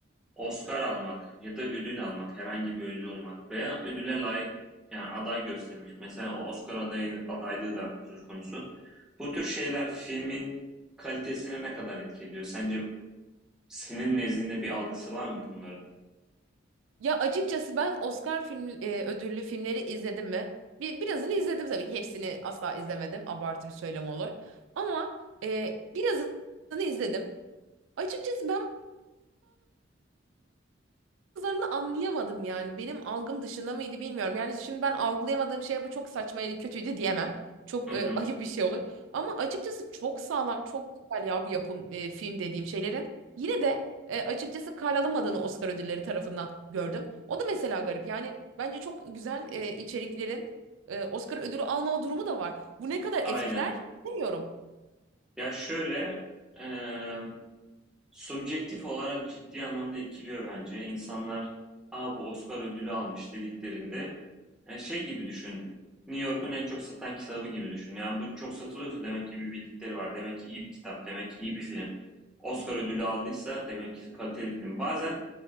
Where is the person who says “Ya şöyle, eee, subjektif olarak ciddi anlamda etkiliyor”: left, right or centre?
Centre